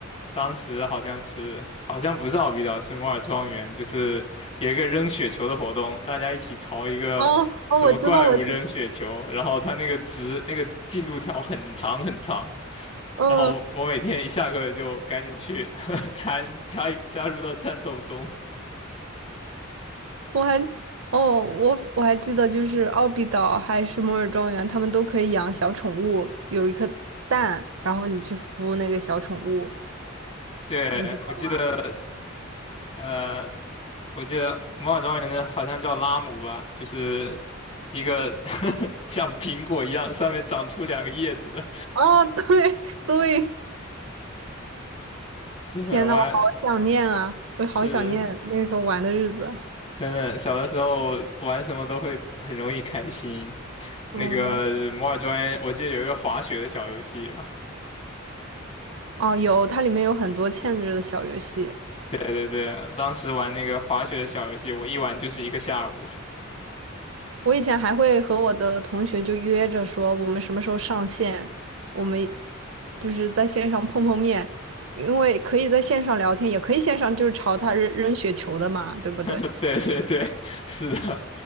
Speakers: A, on the left (about 30°); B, on the right (about 70°).
A: 当时好像是好像不是奥比岛，是摩尔庄园，就是有一个扔雪球的活动，大家一起朝一个什么怪物扔雪球，
B: 哦哦，我知道，我知
A: 然后它那个值那个进度条很长很长，
B: 嗯，
A: 然后我每天一下课就赶紧去 <laughs> 参加加入到战斗中。
B: 我还哦，我我还记得，就是奥比岛还是摩尔庄园，他们都可以养小宠物，有一颗蛋，然后你去孵那个小宠物，
A: 对，
B: 你知道？
A: 我记得。呃，我记得魔法庄园的好像叫拉姆吧，就是一个 <laughs> 像苹果一样上面长出两个叶子的。
B: 哦，对 <laughs> 对，
A: <laughs> 对，
B: 天呐，
A: 我还
B: 我好想念啊，我好想念那个时候玩的日子。
A: 是的真的，小的时候玩什么都会很容易开心。那个摩尔庄园，
B: 嗯，
A: 我记得有一个滑雪的小游戏吧。
B: 哦，有，它里面有很多嵌着的小游戏。
A: 对对对，当时玩那个滑雪的小游戏，我一玩就是一个下午。
B: 我以前还会和我的同学就约着说，我们什么时候上线，我们就是在线上碰碰面，因为可以在线上聊天，也可以线上就是朝他扔扔雪球的嘛，对不对？
A: <laughs> 对对对，是的，